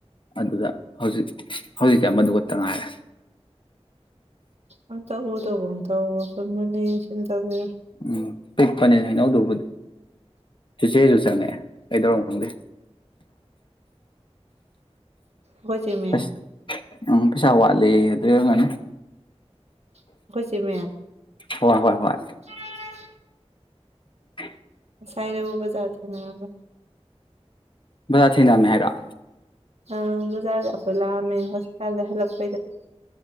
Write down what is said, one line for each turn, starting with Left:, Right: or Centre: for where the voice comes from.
Left: ꯑꯗꯨꯗ ꯍꯧꯖꯤꯛ ꯍꯧꯖꯤꯛꯇꯤ ꯑꯃꯗꯨ ꯈꯛꯇ ꯉꯥꯏꯔꯦ
Right: ꯑꯝꯇ ꯎꯗꯒꯨꯃ ꯇꯧꯋꯣ ꯃꯨꯟꯅ ꯌꯦꯡꯁꯤꯟꯗꯕꯅꯦ
Left: ꯎꯝ ꯄꯤꯛꯄꯅꯦ ꯍꯥꯏꯩꯅꯧꯗꯨꯕꯨꯗꯤ ꯆꯤꯆꯦꯁꯨ ꯆꯪꯉꯛꯑꯦ ꯀꯩꯗꯧꯔꯅꯣ ꯈꯪꯗꯦ
Right: ꯈꯣꯏ ꯆꯦꯃꯦ
Left: ꯑꯁ ꯎꯝ ꯄꯩꯁꯥ ꯋꯥꯠꯂꯦꯌꯦ ꯗꯨꯏ ꯑꯣꯏꯔꯝꯒꯅꯤ
Right: ꯑꯩꯈꯣꯏ ꯆꯦꯃꯦ
Left: ꯍꯣꯏ ꯍꯣꯏ ꯍꯣꯏ
Right: <unintelligible>
Left: <inaudible>
Right: ꯁꯥꯏꯔꯧ ꯎꯕꯖꯥꯠꯅꯤ ꯅꯥꯕ
Left: ꯅꯣꯢ ꯗꯥ ꯊꯦꯡꯅꯔꯝꯃꯦ ꯍꯥꯢꯔꯣ
Right: ꯑꯥ ꯕꯖꯥꯔꯗ ꯑꯩꯈꯣꯏ ꯂꯥꯛꯑꯝꯃꯦ ꯍꯣꯁꯄꯤꯇꯥꯜꯗꯩ ꯍꯜꯂꯛꯄꯩꯗ